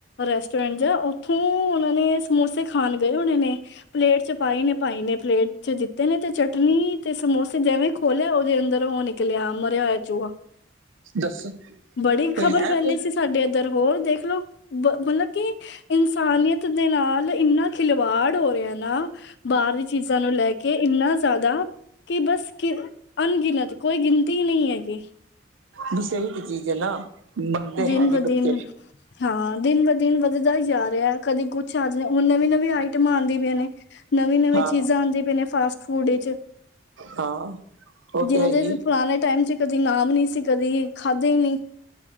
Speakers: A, on the left; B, on the right.
A: ਰੈਸਟੋਰੈਂਟ ਜਾਂ ਓਥੋਂ ਉਨਾਂ ਨੇ ਸਮੋਸੇ ਖਾਣ ਗਏ ਹੋਣੇ ਨੇ। ਪਲੇਟ ਚ ਪਾਈ ਨੇ। ਪਾਈ ਨੇ ਪਲੇਟ 'ਚ ਦਿੱਤੇ ਨੇ ਤੇ ਚਟਨੀ ਤੇ ਸਮੋਸੇ ਜਿਵੇਂ ਖੋਲਿਆ ਓਦੇ ਅੰਦਰ ਓ ਨਿਕ- ਲਿਆ ਮਰਿਆ ਹੋਇਆ ਚੂਆ।
B: ਦੱਸ
A: ਬੜੀ ਖ਼ਬਰ
B: ਕੋਈ ਹੈ
A: ਫੈਲੀ
B: ਕੋਈ
A: ਸੀ। ਸਾਡੇ ਏਧਰ ਹੋਰ ਦੇਖ ਲਓ ਬ ਮਲਬ ਕਿ ਇਨਸਾਨੀਅਤ ਦੇ ਨਾਲ ਇੰਨਾ- ਖਿਲਵਾੜ ਹੋ ਰਿਆ ਨਾ। ਬਾਰ ਦੀ ਚੀਜ਼ਾਂ ਨੂੰ ਲੈ ਕੇ ਇੰਨਾ ਜ਼ਾਦਾ। ਕਿ ਬਸ ਕੀ ਅਣਗਿਣਤ ਕੋਈ ਗਿਣਤੀ ਨਈ ਹੈਗੀ।
B: ਬਸ ਏਹੀ ਤੇ ਚੀਜ਼ ਏ ਨਾ। ਮੰਨਦੇ
A: ਦਿਨ
B: ਹੈ ਨੀ
A: ਬ ਦਿਨ
B: ਬੱਚੇ।
A: ਹਾਂ ਦਿਨ ਬ ਦਿਨ ਵੱਧਦਾ ਈ ਜਾ ਰਿਆ ਕਦੀ ਕੁੱਛ ਆ ਜੇ ਹੁਣ ਨਵੀਂ -ਨਵੀਂ ਆਈਟਮਾਂ ਆਂਦੀ ਵੀਆਂ ਨੇ। ਨਵੇਂ ਨਵੇਂ
B: ਹਾਂ
A: ਚੀਜ਼ਾਂ ਆਂਦੀ ਪੀ ਨੇ ਫਾਸਟ ਫੂਡ ਵਿੱਚ।
B: ਹਾਂ ਉਹ
A: ਜਿਨਾਂ
B: ਤੇ ਹੈ
A: ਦੇ
B: ਹੀ
A: ਅਸੀ ਪੁਰਾਣੇ ਟੈਮ 'ਚ ਕਦੀ ਨਾਮ ਨੀ ਸੀ ਕਦੀ ਖਾਧੇ ਹੀ ਨੀ।